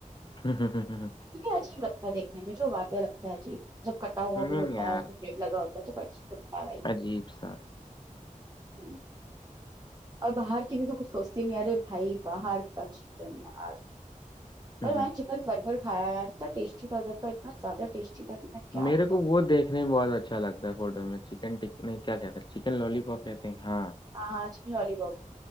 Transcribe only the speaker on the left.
جی جی
ہ
یار
عجیب سا
ہ
میرے
کو وہ دیکھ دیکنے میں بہت اچھا لگتا ہے فوٹو میں چکن ٹک کیا کہتا ہے چکن لالی پاپ کہتے ہیں ہاں